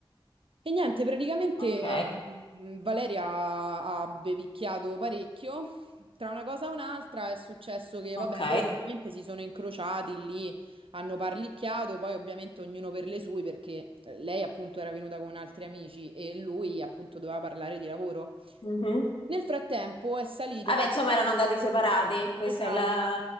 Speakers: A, on the right (about 70°); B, on the left (about 65°).
A: E niente, praticamente
B: Ok,
A: mh, Valeria ha ha bevicchiato parecchio. Tra una cosa e un'altra è successo che,
B: ok.
A: vabbè, loro ovviamente si sono incrociati lì, hanno parlicchiato, poi ovviamente ognuno per le sue, perché eh, lei appunto era venuta con altri amici e lui appunto doveva parlare di lavoro.
B: Mhm.
A: Nel frattempo è salito
B: Vabbè,
A: parecchio.
B: insomma, erano andati separati. Questo
A: Esatto,
B: è la-